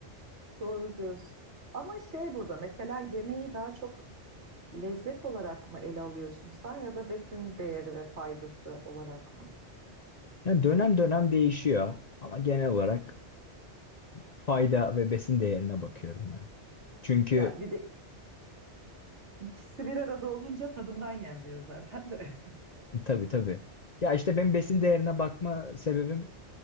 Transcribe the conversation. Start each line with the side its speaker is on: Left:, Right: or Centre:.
Right: Doğru diyorsun. Ama şey burada mesela yemeği daha çok lezzet olarak mı ele alıyorsun sen ya da besin değeri ve faydası olarak mı?
Left: Yani dönem dönem değişiyor. Ama genel olarak fayda ve besin değerine bakıyorum ya. Çünkü
Right: Ya bir de ikisi bir arada olunca tadından yenmiyor zaten de. <laughs>
Left: Tabii tabii. Ya işte benim besin değerine bakma sebebim